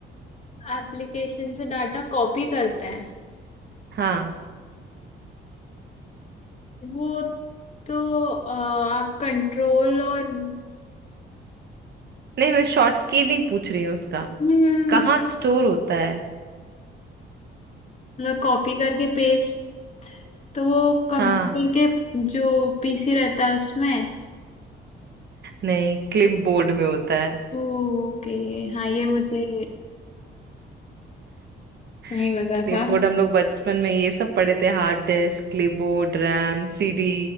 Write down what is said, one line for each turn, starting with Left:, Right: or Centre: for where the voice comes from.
Left: एप्लीकेशन से डाटा कॉपी करते हैं
Right: हाँ
Left: वो तो अ, आप कंट्रोल और
Right: नहीं मैं शॉर्ट की नहीं पूछ रही हूँ उसका
Left: हम्म
Right: कहाँ स्टोर होता है
Left: मतलब कॉपी करके पेस्ट तो वो कंप्यूटर
Right: हाँ
Left: के जो पीसी रहता है उसमें
Right: नहीं क्लिपबोर्ड में होता है
Left: ओके हाँ ये मुझे नहीं
Right: <laughs>
Left: पता
Right: क्लिपबोर्ड
Left: था
Right: हम लोग बचपन में ये सब पढ़े थे hard disk clipboard RAM CD